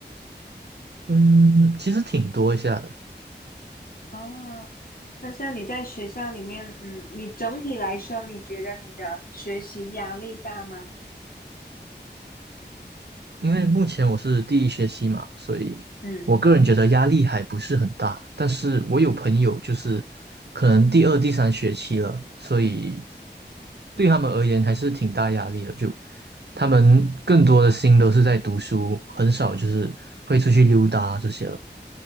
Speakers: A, on the right; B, on the left.
A: 嗯，其实挺多一下的，
B: 哦，那像你在学校里面，嗯，你整体来说，你觉得你的学习压力大吗？
A: 因为目前我是第一学期嘛，所以我个人觉得压力还不是很大。
B: 嗯，
A: 但是我有朋友就是可能第二、第三学期了，所以对他们而言还是挺大压力的。就他们更多的心都是在读书，很少就是会出去溜达这些了。